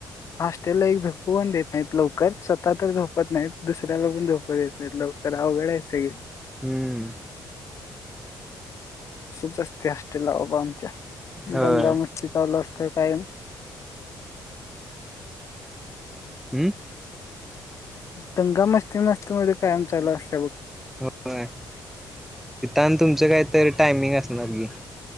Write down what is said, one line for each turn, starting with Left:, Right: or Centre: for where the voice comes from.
Left: हॉस्टेलला एक झोपू पण देत नाहीत लवकर स्वतः तर झोपत नाहीत दुसऱ्याला पण झोपू देत नाहीत लवकर अवघडायचं ग
Centre: हम
Left: सप जास्त हॉस्टेल बाबा आमच्या
Centre: होय
Left: दंगा मस्ती चालूअसत हो काय आणि
Centre: हं
Left: दंगा मस्ती मस्ती मध्ये कायम चालू असते बघ
Centre: होय. तिथं आणि तुमचं काहीतरी टायमिंग असणार की,